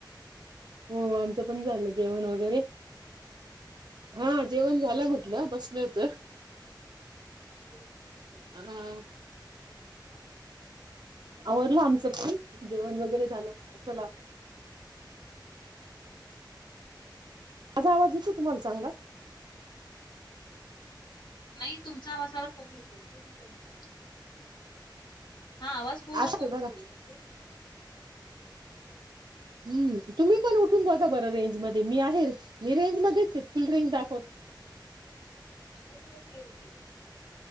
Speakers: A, on the right (about 65°); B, on the left (about 70°).
A: हो आमचं पण झालं जेवण
B: हॅलो
A: वगैरे हां जेवण झालं
B: जरा
A: म्हटलं
B: मोठ्यानं
A: बसलो
B: बोला
A: होतो.
B: <unintelligible>
A: हं. आवरलं आमचं पण जेवण वगैरे झालं. म्हटलं
B: हां.
A: चला माझा आवाज येतोय तुम्हाला चांगला?
B: नाही तुमचाआवाज मला कमीे येतोय पूर्ण कमी येतोय मगं हां आवाज पूर्ण
A: आजतोय
B: कमी
A: बघा
B: येतोय तुमचा?
A: हम! तुम्ही
B: हॅलो
A: पण उठून बघा बरं रेंज मध्ये मी आहे मी रेंज मध्येच आहे फुल रेंज दा
B: हो. आता थोडा क्लिअर येतोय बघा.